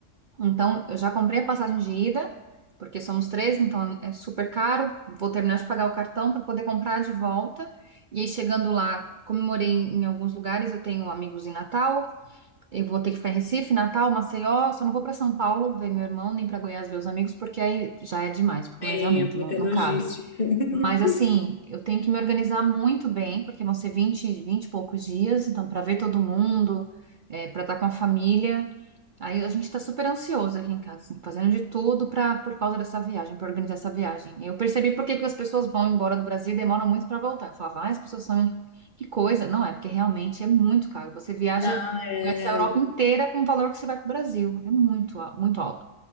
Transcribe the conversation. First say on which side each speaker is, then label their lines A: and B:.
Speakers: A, on the right; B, on the left.
A: Então, eu já comprei a passagem de ida, porque somos três, então é super caro. Vou terminar de pagar o cartão para poder comprar de volta. E aí, chegando lá, comemorei em em alguns lugares. Eu tenho amigos em Natal, eu vou ter que ficar em Recife, Natal, Maceió. Só não vou para São Paulo ver meu irmão, nem para Goiás ver os amigos, porque aí já é demais para o
B: tem
A: planejamento,
B: é, muita
A: não, não
B: logística.
A: cabe.
B: <laughs>
A: Mas assim, eu tenho que me organizar muito bem, porque vão ser vinte 20 e poucos dias, então para ver todo mundo, para estar com a família. Aí a gente está super ansioso aqui em casa, assim, fazendo de tudo para por causa dessa viagem, para organizar essa viagem. Eu percebi por que que as pessoas vão embora do Brasil e demoram muito para voltar. Eu falava, ah, as pessoas são que coisa. Não é, porque realmente é muito caro. Você viaja,
B: Não, é,
A: conhece a Europa inteira com o valor que você vai para o Brasil. É muito, al- muito alto.